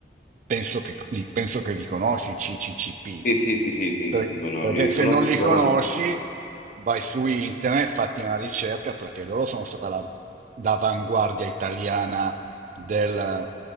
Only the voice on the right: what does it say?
penso che, li penso che li conosci, i CCCP,
Per-
perché
se non li
conosci
vai su internet, fatti una ricerca, perché loro sono stata la- l'avanguardia italiana del